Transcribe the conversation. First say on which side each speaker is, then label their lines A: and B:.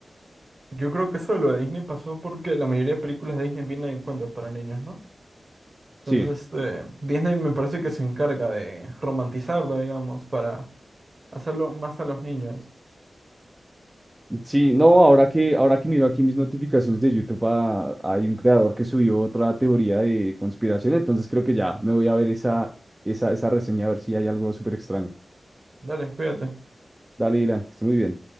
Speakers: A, on the right; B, on the right.
A: yo creo que eso de lo de Disney pasó porque la mayoría de películas de Disney vienen en cuentos para niños, ¿no?
B: Sí.
A: Entonces, este, Disney me parece que se encarga de romantizarlo, digamos, para hacerlo más a los niños.
B: Sí, no, ahora que, ahora que miro aquí mis notificaciones de YouTube, ah, hay un creador que subió otra teoría de conspiración, entonces creo que ya me voy a ver esa, esa, esa reseña a ver si hay algo súper extraño.
A: Dale, cuídate.
B: Dale, Dylan, que esté muy bien.